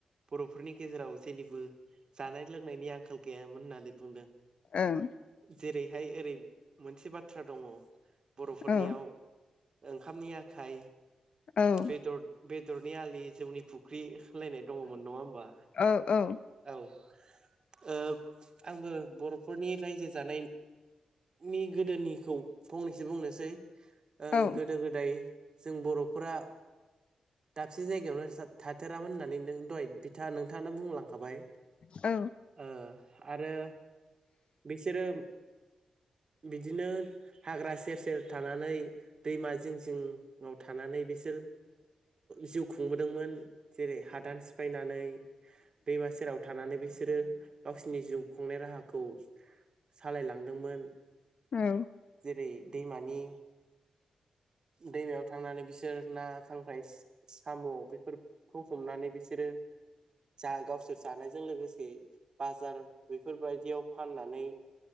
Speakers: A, on the right; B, on the left.
A: बर'फोरनि गेजेराव जेनिबो जानाय लोंनायनि आंखाल गैयामोन होननानै बुंदों।
B: ओं।
A: जेरैहाय ओरै मोनसे बाथ्रा दङ बर'फोरनियाव
B: औ
A: ओंखामनि आखाइ
B: औ
A: बेदर बेदरनि आलि जौनि फुख्रि होनलायनाय दङमोन नङा होमबा
B: औ औ
A: औ। ओ आंबो बर'फोरनि रायजो जानाय नि गोदोनिखौ फंनैसो बुंनोसै ओ
B: औ
A: गोदो गोदाय जों बर'फोरा दाबसे जायगायावनो थाथेरामोन होननानै नों दहाय बिथाङा नोंथाङा बुंलां खाबाय
B: औ
A: ओ आरो बिसोरो बिदिनो हाग्रा सेर सेर थानानै दैमा जिं जिंआव थानानै बिसोर जिउ खुंबोदोंमोन जेरै हादान सिफायनानै दैमा सेराव थानानै बिसोरो गावसिनि जिउ खुंनाय राहाखौ सालायलांदोंमोन।
B: औ।
A: जेरै दैमानि दैमायाव थांनानै बिसोर ना खांख्राय साम' बेफोरखौ हमनानै बिसोर <inaudible> <unintelligible> जा गावसोर जानायजों लोगोसे बाजार बेफोरबायदियाव फाननानै